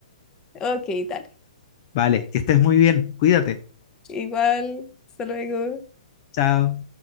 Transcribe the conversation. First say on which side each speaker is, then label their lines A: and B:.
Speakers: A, on the left; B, on the left.
A: ok, dale.
B: Vale, que estés muy bien, cuídate.
A: Igual, hasta luego.
B: Chao.